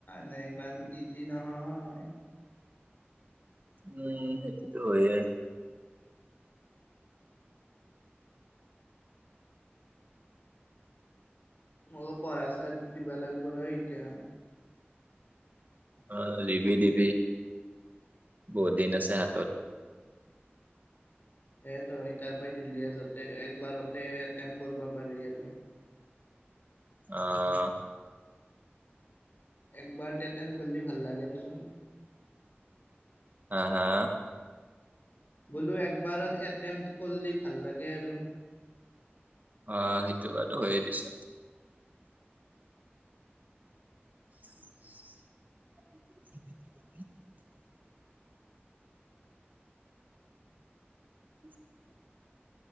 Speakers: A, on the left; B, on the right.
A: নে ইমান ইজি নহয়
B: উম সেইতটো হয় এ।
A: মইও, পঢ়া ইস্তাত দিবা লাগব আৰু এতিয়া-
B: অঁ, দিবি দিবি বহুত দিন আছে হাঁতত-
A: এত তই তাৰ পৰা দিল্লিয়ে যাতে একবাৰতে এটেম কৰিব পাৰি আৰু।
B: অহঁ।
A: একবাৰ তে। এটেম কৰিলে ভাল লাগে দেচোন।
B: হা হা।
A: বোলো একবাৰত এটেমপ্ত কৰিলে ভাল লাগে আৰু।
B: অহ সেইটো বাৰু হয়ে দেচোন <unintelligible> উ